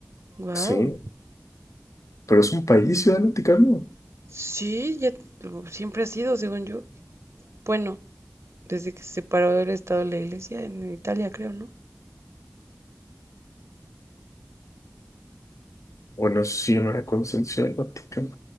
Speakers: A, on the right (about 65°); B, on the left (about 85°).
A: Wow.
B: sí, pero es un país, Ciudad del Vaticano.
A: Sí, ya lo- siempre ha sido, según yo. Bueno, desde que se separó del Estado de la Iglesia en Italia, creo, ¿no?
B: Bueno, sí, no era conciencia del Vaticano.